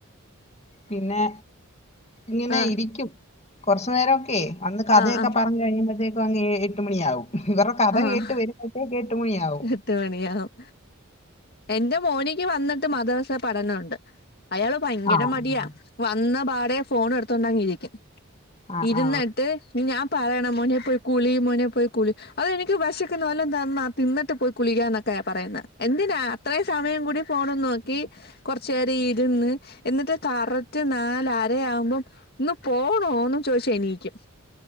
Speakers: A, on the left; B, on the left.
A: പിന്നെ ഇങ്ങനെ
B: ആഹ്
A: ഇരിയ്ക്കും. കൊറച്ചു നേരമൊക്കെ, അന്ന് കഥയൊക്കെ
B: ആഹ് ആഹ്
A: പറഞ്ഞു കഴിയുമ്പഴത്തേക്കു അങ് ഏ എട്ട് മണിയാവും. ഇവരെ കഥകേട്ട്
B: ആഹ്
A: വരുമ്പഴത്തേക്ക് എട്ടുമണിയാവും.
B: എട്ട് മണിയാവും എന്റെ മോനിക്ക് വന്നിട്ട് മദ്രസ പഠന ഉണ്ട്. അയാള് ഭയങ്കര
A: ആ
B: മടിയാ.
A: ആ
B: വന്ന പാടേ ഫോണു എടുത്തോണ്ടങ്ങ് ഇരിക്കും.
A: ആ
B: ഇരുന്നിട്ട് ഇനി ഞാൻ പറയണം മോനെ പോയി കുളീ, മോനെ പോയി കുളി അതെ എനിക്ക് വെശക്ക്ണു, വല്ലോം തന്നാ തിന്നിട്ട് പോയി കുളിക്കാന്നൊക്കേ പറയുന്നെ. എന്തിനാ ഇത്രേം സമയം കൂടി ഫോണും നോക്കി കൊറച്ചേരം ഇരുന്ന്, എന്നിട്ട് കറക്റ്റ് നാലര ആവുമ്പം ഇന്ന് പോണോന്നും ചോദിച്ച് എണീക്കും